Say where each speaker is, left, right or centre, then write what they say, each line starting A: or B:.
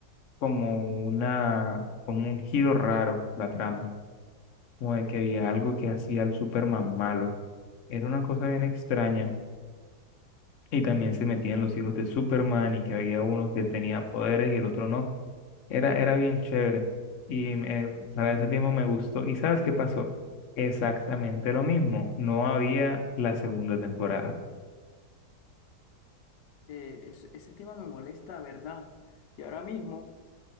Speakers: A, on the left; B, on the left.
A: como una como un giro raro la trama, como de que había algo que hacía al Superman malo. Era una cosa bien extraña y también se metían los hijos de Superman y que había uno que tenía poderes y el otro no. Era era bien chévere y me- para ese tiempo me gustó. ¿Y sabes qué pasó? Exactamente lo mismo, no había la segunda temporada.
B: Eh, es- ese tema me molesta, ¿verdad? Y ahora mismo...